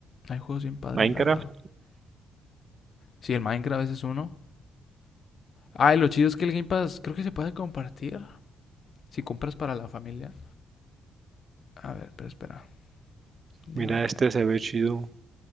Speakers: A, on the left; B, on the right.
A: Hay juegos bien padres,
B: Minecraft.
A: la verdad. Sí, el Minecraft ese es uno. Ah, y lo chido es que el Game Pass creo que se puede compartir si compras para la familia. A ver, pero espera. Digo
B: Mira,
A: a ver qué
B: este
A: hay.
B: se ve chido.